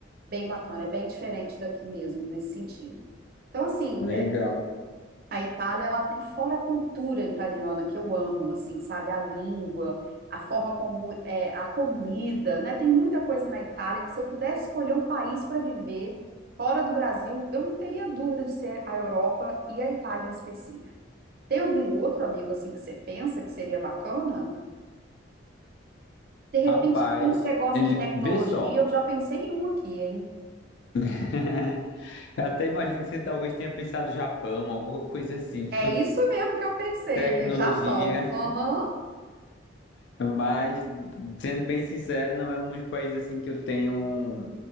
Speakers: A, on the right; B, on the left.
A: bem bacana, é bem diferente daqui mesmo, nesse sentido. Então, assim,
B: Legal.
A: é, a Itália, ela tem, fora a cultura italiana, que eu amo, assim, sabe, a língua, a forma como é a comida, né? Tem muita coisa na Itália que se eu pudesse escolher um país para viver fora do Brasil, eu não teria dúvida de ser a Europa e a Itália em específico. Tem algum outro amigo, assim, que você pensa que seria bacana? De repente,
B: Rapaz,
A: como você gosta
B: é,
A: de tecnologia,
B: vê só.
A: eu já pensei em um aqui, hein?
B: <laughs> Eu até imagino que você talvez tenha pensado Japão, alguma <laughs> coisa assim,
A: É isso mesmo que eu pensei,
B: tecnologia,
A: é Japão. Aham,
B: mas sendo bem sincero, não é um dos países assim que eu tenho